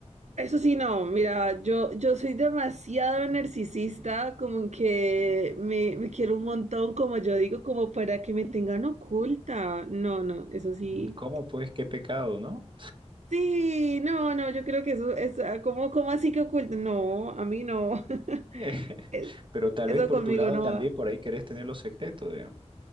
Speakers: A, on the right (about 75°); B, on the right (about 45°).
A: eso sí no, mira, yo, yo soy demasiado narcisista, como que me, me quiero un montón, como yo digo, como para que me tengan oculta. No, no, eso sí.
B: Mm, ¿Cómo pues? Qué pecado, ¿no?
A: Sí, no, no, yo creo que eso es ah, como, como así que oculta. No, a mí no. <laughs>
B: <laughs>
A: Es-
B: Pero tal
A: eso
B: vez por
A: conmigo
B: tu lado
A: no
B: también
A: va.
B: por ahí querés tener los secretos, digamos.